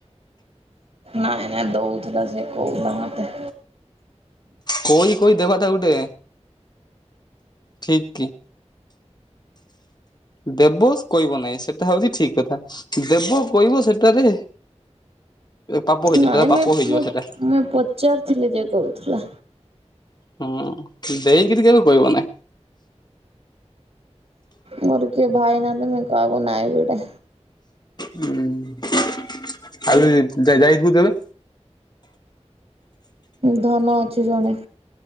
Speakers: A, on the right; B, on the left.
A: ନାଇଁ ନାଇଁ ଦଉଥିଲା ସେ କହୁଥିଲା ମତେ।
B: କହି କହି ଦେବା ଟା ଗୋଟେ ଠିକ୍ କି? ଦେବ କଇବ ନାହିଁ ସେଇଟା ହଉଛି ଠିକ୍ କଥା ଦେବ କହିବ ସେଟାରେ ପାପ ହେଇଯିବ
A: ନାଇଁ
B: ସେଟା
A: ମେ
B: ପାପ ହେଇଯିବ
A: ମୁଁ
B: ସେଟା
A: ପଚାରିଥିଲି ଯେ କଉଥିଲା।
B: ହୁଁ ଦେଇକିରି କେବେ କହିବ ନାଇଁ।
A: ମୋର କେହି ଭାଇ ନାଆନ୍ତି ମୁଁ କାହାକୁ ନାଇବି ଗୁଟେ।
B: ହୁଁ ଆରେ ଯାଇଥିବୁ କେବେ?
A: ଧନ ଅଛି ଜଣେ।